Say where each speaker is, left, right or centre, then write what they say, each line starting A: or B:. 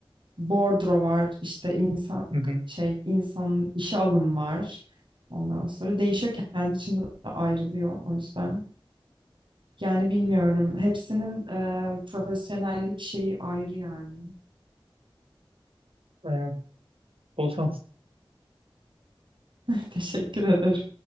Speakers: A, on the right; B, on the right.
A: Bordro var, işte insan
B: Hı hı.
A: şey insanın işe alım var. Ondan sonra değişiyor kendi içinde de ayrılıyor o yüzden. Yani bilmiyorum. Hepsinin e, profesyonellik şeyi ayrı yani.
B: Aynen. Bol şans.
A: <laughs> Teşekkür ederim.